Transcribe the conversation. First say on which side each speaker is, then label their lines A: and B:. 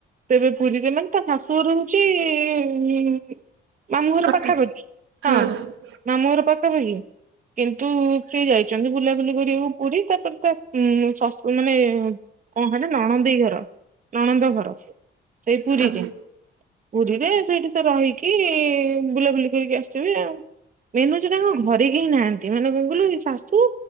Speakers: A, on the right (about 40°); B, on the right (about 80°).
A: ସେ ଏବେ ପୁରୀରେ ମାନେ ତା ଶାଶୁଘର ହଉଛି ଉ ମାମୁଁଘର
B: କଟକ
A: ପାଖାପାଖି
B: ହୁଁ।
A: ହଁ ମାମୁଁଘର ପାଖାପାଖି। କିନ୍ତୁ ସେ ଯାଇଛନ୍ତି ବୁଲାବୁଲି କରିବାକୁ ପୁରୀ। ତା ତ ତା ଶସୁ ମାନେ କଣ କହିଲ ନଣନ୍ଦେଇ ଘର ନଣନ୍ଦ ଘର। ସେଇ ପୁରୀରେ,
B: ହୁଁ
A: ପୁରୀରେ ସେଇଠି ସେ ରହିକି ସେ ବୁଲାବୁଲି କରିକି ଆସିବେ ଆଉ, ମେନ ହଉଚି ତାଙ୍କ ଘରେ ହିଁ ନାହାନ୍ତି। ମାନେ କଣ କହିଲୁ ଶାଶୁ,